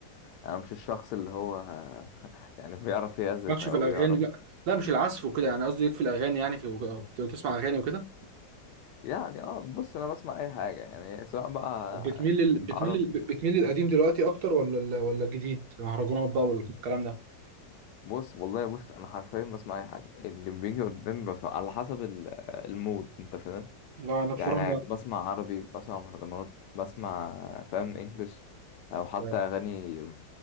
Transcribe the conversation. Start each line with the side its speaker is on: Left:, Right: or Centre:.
Left: انا مش الشخص اللي هو <laughs> يعني بيعرف يعزف
Right: مالكش
Left: او
Right: في الاغاني
Left: يعرف
Right: لا لا مش العزف وكده يعني قصدي ليك في الاغاني يعني في بتسمع اغاني وكده
Left: يعني اه بص انا بسمع اي حاجه يعني سواء بقى
Right: بتميل لل... بتميل
Left: عرب
Right: لل... بتميل للقديم دلوقتي اكتر ولا ال... ولا الجديد المهرجانات بقى والكلام ده
Left: بص والله بص انا حرفيا بسمع اي حاجه اللي بيجي قدامي بسمع على حسب ال- المود انت فاهم
Right: لا انا بصراحه
Left: يعني عادي بسمع عربي بسمع مهرجانات بسمع فاهم انجلش او حتى
Right: بقى
Left: اغاني